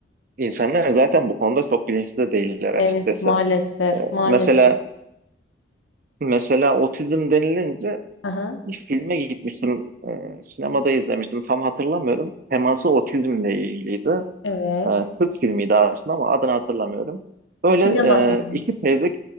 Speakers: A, on the right (about 45°); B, on the left (about 80°).
A: insanlar zaten bu konuda çok bilinçli de değiller açıkçası.
B: Evet maalesef maalesef.
A: Mesela mesela otizm denilince
B: Aha,
A: Bir filme gitmiştim. e, sinemada izlemiştim. Tam hatırlamıyorum. Teması otizmle ilgiliydi.
B: evet.
A: E, Türk filmiydi aslında ama adını hatırlamıyorum. Böyle
B: Sinema
A: e,
B: filmi.
A: iki teyze